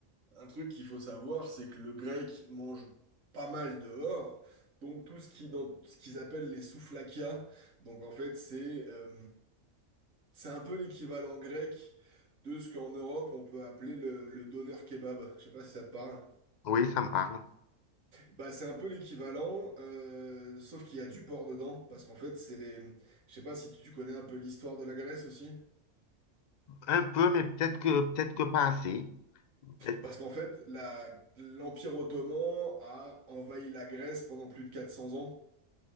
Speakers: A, on the right; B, on the left.
A: un truc qu'il faut savoir, c'est que le grec mange pas mal dehors. Donc tout ce qui dans ce qu'ils appellent les souflakias, donc en fait c'est euh, c'est un peu l'équivalent grec de ce qu'en Europe on peut appeler le, le doner kebab. Je sais pas si ça te parle.
B: Oui, ça me parle.
A: Bah c'est un peu l'équivalent, euh, sauf qu'il y a du porc dedans, parce qu'en fait c'est les. Je sais pas si tu tu connais un peu l'histoire de la Grèce aussi.
B: Un peu, mais peut-être que, peut-être que pas assez. Peut-être-
A: Parce qu'en fait, la- l'Empire ottoman a envahi la Grèce pendant plus de 400 ans.